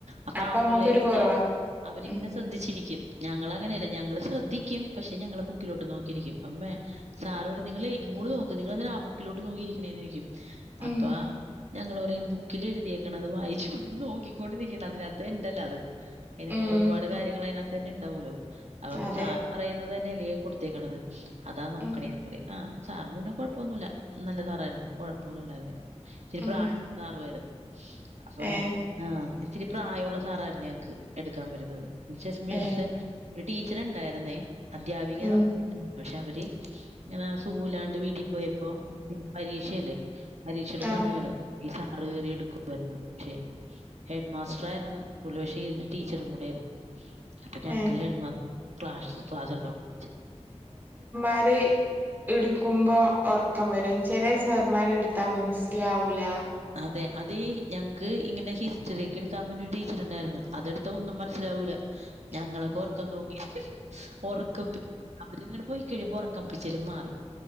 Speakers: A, on the right (about 70°); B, on the right (about 15°).
A: അപ്പൊ
B: അപ്പ
A: ആമ്പിള്ളേരും
B: ഞമ്മക്ക് ഒരു കുറവാ
A: ഉണ്ടാവും. അവരിങ്ങനെ
B: ഉം
A: ശ്രദ്ധിച്ചിരിക്കും ഞങ്ങൾ അങ്ങനെയല്ല ഞങ്ങൾ ശ്രദ്ധിക്കും പക്ഷെ ഞങ്ങള് ബുക്കിലോട്ട് നോക്കിയിരിക്കും അമ്മേ സാറ് നിങ്ങള് ഇങ്ങോട് നോക്ക് നിങ്ങളെന്തിനാ ബുക്കിലോട്ട് നോക്കിയിരിക്കണേന്ന് ചോയിക്കും
B: ഉം
A: അപ്പ ഞങ്ങള്പറയും ബുക്കിൽ എഴുതിയേക്കണത് വായിച്ചുണ്ട് നോക്കിക്കൊണ്ടിരിക്കണ അതിനകത്ത് ഇണ്ടല്ലോ അത് അതിന്
B: ഉം
A: ഒരുപാട് കാര്യങ്ങൾ അതിനകത്ത് തന്നെ ഇണ്ടാവലോ അപ്പൊ
B: അതെ
A: സാർ പറയുന്നത് തന്നെയ അല്ലേ കൊടുത്തേക്കണത് അതാ നോക്കണേ
B: ഉം
A: പറയും ആ സാറ് പിന്നെ കൊഴപ്പൊന്നുമല്ല നല്ല സാറായിരുന്നു കൊഴപ്പമൊന്നും ഉണ്ടായിരുന്നില്ല ഇച്ചിരിപ്രായആയ
B: ഉം
A: സാറുയിരുന്നു അപ്പൊ
B: ഏ
A: ആഹ ഇത്തിരി പ്രായമുള്ള സാറായിരുന്നു ഞങ്ങക്ക് എടുക്കാൻ വരുന്നത് എന്ന് വച്ചാ മിസ്സ്‌
B: ഏ
A: ഒരു ടീച്ചർണ്ടായിരുന്നേ അധ്യാപിക
B: ഉം
A: നമുക്കണ്ടായി പക്ഷെ അവര്ങ്ങ സുഖൂലാണ്ട് വീട്ട ട്ടി പോയപ്പോ പരീക്ഷല്ലേ പരീക്ഷയുടെ
B: ആ
A: സമയമായിരുന്നു ഈ സാറ് കയറി എടുക്കുവായിരുന്നു വിഷയം ഹെഡ് മാസ്റ്റർായിയിരുന്നു പുള്ളി പക്ഷേ ഇന്റെ ടീച്ചറും കൂടെ ആയിരുന്നു അപ്പൊ ഞങ്ങക്ക്
B: ഏ
A: ഹെഡ് മാസ്റ്റർ ക്ലാ ക്ലാസ് എടുത്തണ്ട
B: ആരെ ഇടുക്കുമ്പോൾ ഉറക്കം വരും ചില സാർമാർ എടുത്താൽ മനസ്സിലാവൂല
A: അതെ അത് ഞങ്ങക്ക് ഇങ്ങനെ ഹിസ്റ്ററിയൊക്കെ എടുക്കാൻ വരുന്ന ഒരു ടീച്ചർണ്ടായിരുന്നു അതെടുത്ത ഒന്നും മനസ്സിലാവൂല്ല
B: <unintelligible>
A: ഞങ്ങളൊക്കെ ഉറക്കം തൂങ്ങി ഉറക്ക അവിരി ഇങ്ങടെ പോയി കഴിയുമ്പോൾ ഉറക്കം പിച്ചലും മാറും